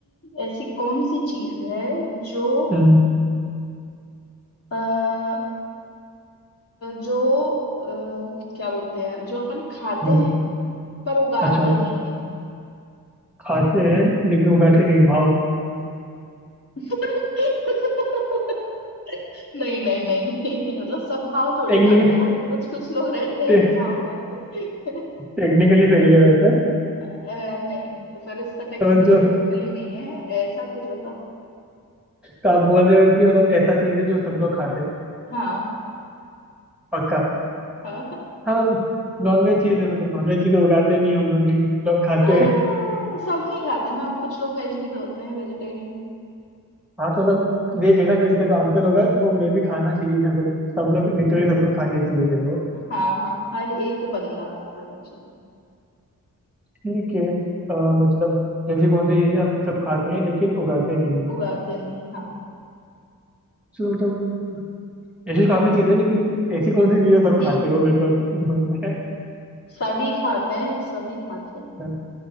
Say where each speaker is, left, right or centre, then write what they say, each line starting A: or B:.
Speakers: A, on the left (about 45°); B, in the centre.
A: ऐसी कौन सी चीज है जो
B: हम्म
A: आ, जो अ, क्या बोलते हैं जो अपन खाते
B: बोलो
A: हैं पर उगाते
B: अच्छा
A: नहीं है
B: खाते हैं लेकिन उगाते नहीं भाव
A: <laughs> नहीं नहीं नहीं नहीं मतलब सब भाव थोड़ी
B: टेक्निकल
A: खाते हैं यार कुछ कुछ लोग रहते
B: टे,
A: हैं जो भाव खाते हैं
B: टेक्निकली सही है वैसे
A: अ, नहीं पर इसका टेक्निकली
B: समझ जो
A: टेक्निकली
B: <laughs>
A: नहीं है ऐसा कुछ होता
B: तो आप बोल रहे हो कि मतलब ऐसा चीज है जो सब लोग खाते हैं
A: हाँ
B: पक्का
A: हाँ
B: हाँ नॉनवेज चीज है मतलब नॉनवेज चीज उगाते नहीं हम लोग नहीं लोग खाते
A: अ,
B: हैं
A: सब नहीं खाते ना अब कुछ लोग वेज भी तो होते हैं वेजिटेरियन
B: हाँ तो मतलब देखे ना फिर इसका जो आंसर होगा वो मैं भी खाना चाहिए ना अगर सब लोग लिटरली सब लोग खाने चाहिए फिर वो
A: हाँ हाँ हर एक बंदा खाना चाहिए
B: ठीक है अ, मतलब ऐसी कौन सी चीज़ है हम सब खाते हैं लेकिन उगाते नहीं है
A: उगाते नहीं है हाँ
B: तो मतलब ऐसी काफ़ी चीज़ें हैं लेकिन ऐसी कौन सी चीज़ें
A: हम्म
B: सब खाते हैं वो मेरे को ढूंढना है
A: सभी खाते हैं सभी खाते हैं
B: अच्छा